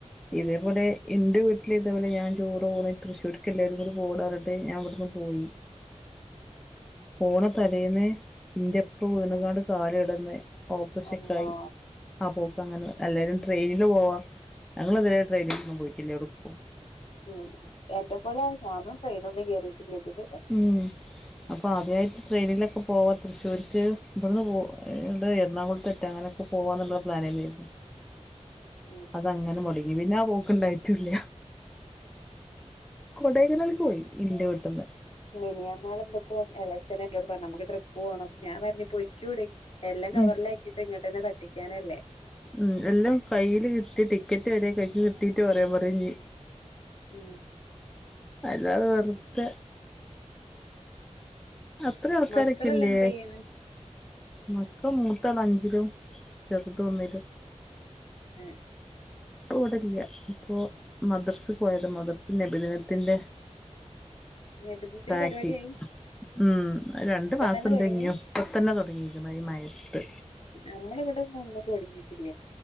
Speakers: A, on the left; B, in the centre.
A: ഉം
B: ഇതേപോലെ ഇന്റെ വീട്ടില് ഇതുപോലെ ഞാൻ ടൂർ പോണ തൃശൂർക്ക് എല്ലാരും പോണെ ടകണ്ടിട്ട് ഞൻവിടുന്ന് പോയി പോണ തലേന്ന് ഇന്റെ ഇപ്പ വീണുകാണ്ട്
A: ഉം
B: കാലെ ടന്ന് ഓപ്പറഷ
A: അള്ളാ
B: കായി ആ പോക്ക് അങ്ങനെ എല്ലാരും ട്രെയിനില് പോവാം ഞങ്ങളെതിരെ ട്രെയിനിൽന്നും പോയിട്ടില്ലേ എടുക്കും
A: ഉം എന്റെ പോലെ ഞാനും ട്രെയിനന്നും കേറിയിട്ടില്ല ഇത് വരെ
B: ഉം അപ്പോ ആദ്യായിട്ട് ട്രെയിനിലൊക്കെ പോവാ തൃശ്ശൂരിക്ക് ഇവിടുന്ന് പോ ഇടെ എറണാകുളത്തറ്റ അങ്ങനെക്കെ പോവാന്നുള്ള പ്ലാനിലെന്നു
A: ഉം
B: അ അങ്ങനെ മുടങ്ങി പിന്നെ ആ പോക്കണ്ടായിട്ടൂല്ല കൊടേക്കനൽ പോയി ഇന്റെ വീട്ട്ന്ന്
A: മിനിയാമാള് <unintelligible> എളച്ചന് എന്റെോട് പറഞ് നമുക്ക് ട്രിപ്പ് പോണം ഞാൻ പറഞ് പോയിക്കൂടെ എല്ലാം കവറിലാക്കിയിട്ട്
B: ഉം
A: ഇങ്ങട്ട്ന്നെ തട്ടിക്കാനല്ലേ
B: ഉം എല്ലാം കയ്യില് കിട്ടി ടിക്കറ്റ് വരെ കൈയ് കിട്ടീട്ട് പറയാൻ പറി ഞ്
A: ഉം
B: അല്ലാതെ വെറുത അത്ര ആൾക്കാരൊക്കില്ലേ
A: മക്കളെല്ലാം എന്ത് ചെയ്യണ്
B: മക്ക മൂതാള് അഞ്ചിലും ചെറുത് ഒന്നിലും
A: എ
B: ഇപ്പോ ഇവിടെല്ല അപ്പോ മദ്രസ് പോയത മദ്രസി നബിദിനത്തിൻ്റെ
A: നേപ്പത്തിന്
B: പ്രാക്ടീസ്
A: പരിപാടിയായി
B: ഉം രണ്ട്
A: ഇപ്പ
B: മാസം
A: തന്നെ
B: ണ്ട്
A: തുടങ്ങി
B: ഞ്ഞും ഇപ്പംത്തന്നെ തുടങ്ങീക്കണ് ഈ മയത്ത്
A: നമ്മള ഇവിടെ ഒന്നും ഒന്നും തുടങ്ങിയിട്ടില്ല